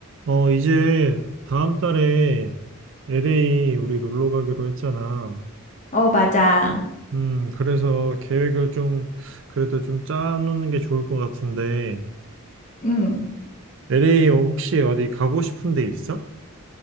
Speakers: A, on the right; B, on the left.
A: 어, 이제 다음 달에 LA 우리 놀러 가기로 했잖아.
B: 어, 맞아.
A: 음, 그래서 계획을 좀 그래도 좀 짜놓는 게 좋을 것 같은데
B: 응.
A: LA 혹시 어디 가고 싶은 데 있어?